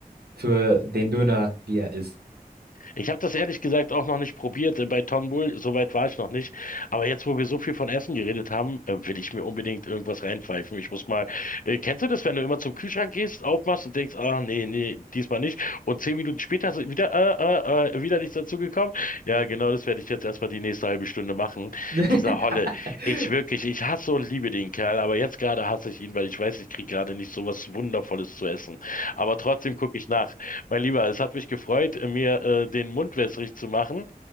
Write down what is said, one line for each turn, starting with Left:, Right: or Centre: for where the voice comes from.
Right: für den Döner, wie er ist.
Left: Ich habe das ehrlich gesagt auch noch nicht probiert äh, bei Tom Bull, soweit war ich noch nicht. Aber jetzt, wo wir so viel von Essen geredet haben, äh, will ich mir unbedingt irgendwas reinpfeifen. Ich muss mal, äh, kennst du das, wenn du immer zum Kühlschrank gehst, aufmachst und denkst, ah nee, nee, diesmal nicht. Und zehn Minuten später ist wieder, äh, äh, äh, wieder nichts dazu gekommen. Ja, genau, das werde ich jetzt erstmal die nächste halbe Stunde machen.
Right: <laughs>
Left: Dieser Holle, ich wirklich, ich hasse und liebe den Kerl, aber jetzt gerade hasse ich ihn, weil ich weiß, ich kriege gerade nicht so was Wundervolles zu essen. Aber trotzdem gucke ich nach. Mein Lieber, es hat mich gefreut, äh, mir äh, den Mund wässrig zu machen.